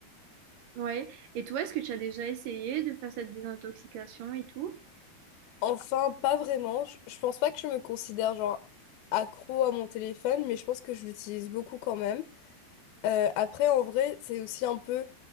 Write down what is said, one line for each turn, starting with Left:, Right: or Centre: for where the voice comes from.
Right: Ouais. Et toi, est-ce que tu as déjà essayé de faire cette désintoxication et tout?
Left: Enfin, pas vraiment. Je, je pense pas que je me considère genre accro à mon téléphone, mais je pense que je l'utilise beaucoup quand même. Euh, après, en vrai, c'est aussi un peu,